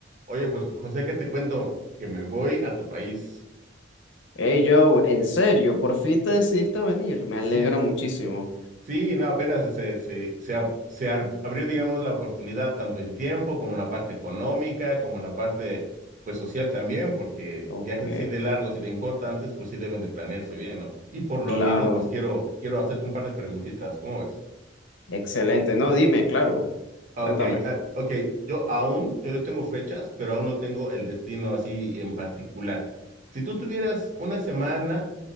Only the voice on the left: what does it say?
Hey Joe, en serio, por fin te decidiste a venir, me alegra
muchísimo.
Ok,
claro,
excelente. No, dime, claro,
cuéntame.